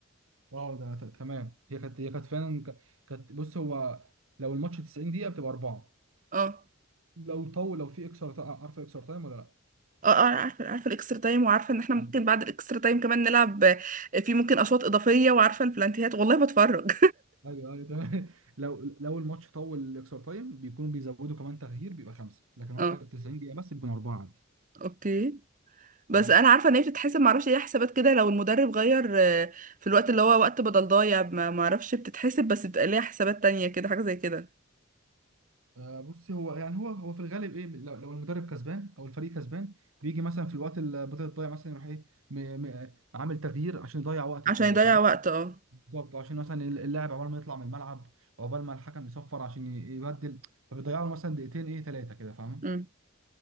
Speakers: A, on the right; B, on the right.
A: اه ده ت- تمام هي كانت هي كانت فعلا ك- كانت بص هو لو الماتش 90 دقيقة بتبقى أربعة
B: اه
A: لو طول لو في اكسترا تايم عارف اكسترا تايم ولا لا؟
B: اه اه عارفه عارفه الاكسترا تايم وعارفه ان احنا ممكن
A: ايوه
B: بعد الاكسترا تايم كمان نلعب آه، في ممكن اشواط اضافيه وعارفه البلانتيهات والله بتفرج
A: ايوه أيوة، تمام <laughs> لو لو الماتش طول الاكسترا تايم بيكونوا بيزودوا كمان تغيير بيبقى خمسة
B: <laughs>
A: لكن هو
B: اه
A: في ال 90 دقيقة بس بيكون أربعة عادي
B: اوكي
A: تمام
B: بس انا عارفه ان هي بتتحسب معرفش ايه حسابات كده لو المدرب غير آه، في الوقت اللي هو وقت بدل ضايع ما معرفش بتتحسب بس بتبقى ليها حسابات تانية كده حاجه زي كده
A: آه بص هو يعني هو هو في الغالب ايه لو لو المدرب كسبان او الفريق كسبان بيجي مثلا في الوقت اللي بدأت تضيع مثلا يروح ايه م- م- عامل تغيير عشان يضيع وقت
B: عشان
A: شويه
B: يضيع
A: فاهم
B: وقت اه
A: بالظبط عشان مثلا اللاعب عقبال ما يطلع من الملعب عقبال ما الحكم يصفر عشان ي- يبدل فبيضيعوا له مثلا دقيقتين ايه ثلاثه كده فاهم
B: امم